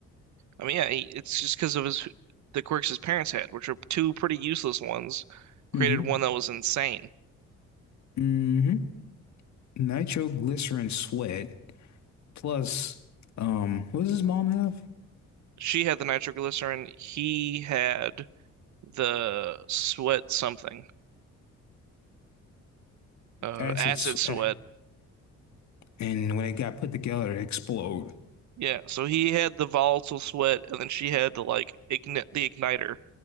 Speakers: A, on the right (about 70°); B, on the left (about 65°).
A: I mean, yeah, he, it's just because of his the quirks his parents had, which are two pretty useless ones. Created
B: Mm-hmm.
A: one that was insane.
B: Mm-hmm. Nitroglycerin sweat plus um, what does his mom have?
A: She had the nitroglycerin. He had the sweat something. uh
B: Acid.
A: acid
B: s-
A: sweat.
B: eh. And when it got put together, it exploded.
A: Yeah, so he had the volatile sweat, and then she had the like igni the igniter.